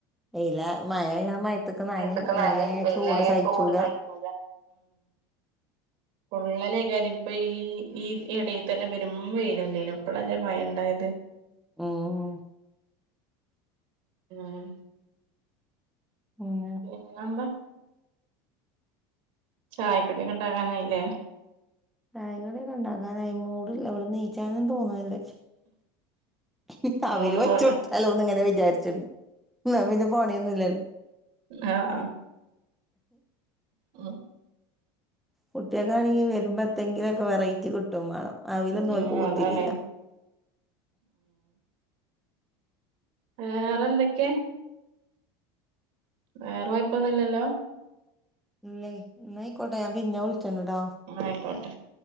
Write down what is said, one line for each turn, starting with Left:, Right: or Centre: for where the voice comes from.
Centre: വെയില മഴ മയത്ത്ക്ക് നനയും
Right: മേത്ത്ക്ക്
Centre: വെയില
Right: നനിം വെയിലായ
Centre: ചൂട് സഹിച്ചൂല.
Right: സഹിക്കൂല ഉള്ളലേക്കാര് ഇപ്പ ഈ ഈ ഇടയിൽ തന്നെ വെരും വെയിലന്നെലോ ഇപ്പളല്ലേ മയണ്ടായത്.
Centre: ഉം.
Right: ഏഹ്?
Centre: ഉം
Right: പിന്നെന്താ? ചായക്കടിയൊക്കെ ഇണ്ടാക്കാനായില്ലേ?
Centre: ചായ കടിയൊക്കെ ഇണ്ടാക്കാനായി മൂടില്ല ഇവിടന്ന് നീച്ചാനും തോന്നുന്നില്ല ച്ച
Right: അങ്ങോട്
Centre: അവൽ വച്ചൊടുത്താലോന്ന്
Right: പോയോ
Centre: ഇങ്ങനെ വിചാരിച്ചിണ്ട്. എന്നാ പിന്നെ പോണിയൊന്നും ഇല്ലല്ലോ.
Right: ആഹ് ആഹ് ഉം
Centre: കുട്ട്യാക്ക് ആണെങ്കി വരുമ്പോ എത്തെങ്കിലൊക്കെ വെറൈറ്റി കിട്ടും വേണം. അവുലൊന്നും
Right: ഉം
Centre: ഓൽക്ക് പുത്തിരില്ല
Right: അതാണേ വേറെന്തക്കെ വേറെ കൊയപ്പൊന്നും ഇല്ലല്ലോ
Centre: ഇല്ലെ യ് ഇന്നായ്ക്കോട്ടെ ഞാൻ പിന്നെ വിളിച്ചണ്ട് ട്ടോ
Right: ആയിക്കോട്ടെ